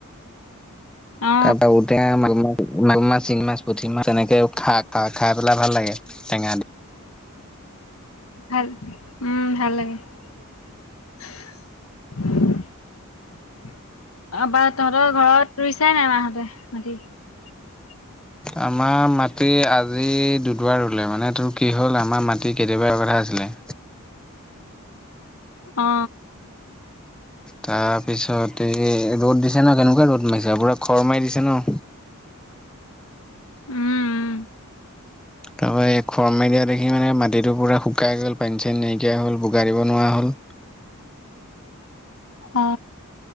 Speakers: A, in the centre; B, on the left.
A: <unintelligible>
B: অ
A: ঔটেঙা <unintelligible> মাগু মাছ, শিঙি মাছ পুঠি মাছ, তেনেকে খা-খাই পেলাই ভাল লাগে টেঙা দি
B: ভাল, উম, ভাল লাগে। আপাৰ তহঁতৰ ঘৰত ৰুইছাই নাই মাহঁতে মাটি? <unintelligible>
A: আমাৰ মাটি আজি দু দুবাৰ ৰুলে মানে তোৰ কি হ'ল আমাৰ মাটি কেতিয়াবা কথা আছিল ছিলে।
B: অ,
A: তাৰ পিছত এই ৰ'দ দিছে ন কেনেকুৱা ৰ'দ মাৰিছে পুৰা খৰ মাৰি দিছে ন।
B: উম, উম।
A: তাৰ পৰাৰা খৰ মাৰ দিয়া দেখি মানে মাটিটো পূৰা শুকাই গ'ল পানী চানী নাইকিয়া হ'ল বোগা দিব নোৱাৰা হ'ল।
B: <inaudible> অ,